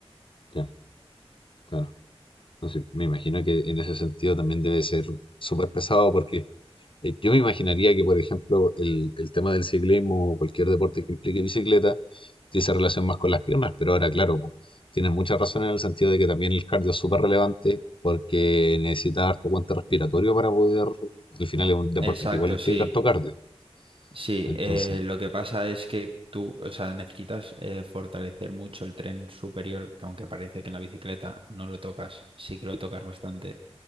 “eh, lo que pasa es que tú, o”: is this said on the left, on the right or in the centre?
Right